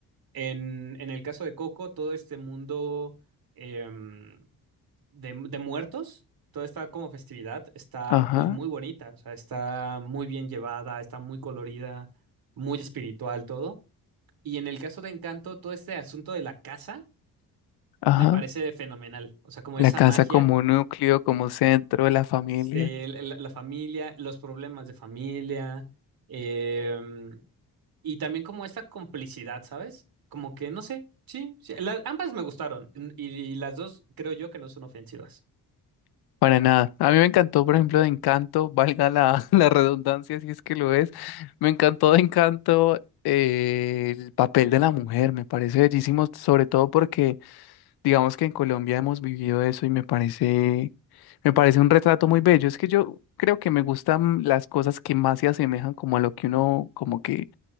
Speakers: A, on the right (about 65°); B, on the left (about 75°).
A: en, en el caso de Coco, todo este mundo, em, de, de muertos, toda esta como festividad está
B: Ajá,
A: pues muy bonita, o sea, está muy bien llevada, está muy colorida, muy espiritual todo. Y en el caso de Encanto, todo este asunto de la casa
B: ajá.
A: me parece fenomenal, o sea, como
B: La
A: esa
B: casa
A: magia,
B: como núcleo, como centro de la familia,
A: este, el- el- la, familia, los problemas de familia, em, y también como esta complicidad, ¿sabes? Como que, no sé, sí, sí, la- ambas me gustaron y, y las dos creo yo que no son ofensivas.
B: para nada. A mí me encantó, por ejemplo, de Encanto, valga la, <laughs> la redundancia si es que lo es. Me encantó de Encanto eh, el papel de la mujer, me parece bellísimo, sobre todo porque digamos que en Colombia hemos vivido eso y me parece, me parece un retrato muy bello. Es que yo creo que me gustan las cosas que más se asemejan como a lo que uno como que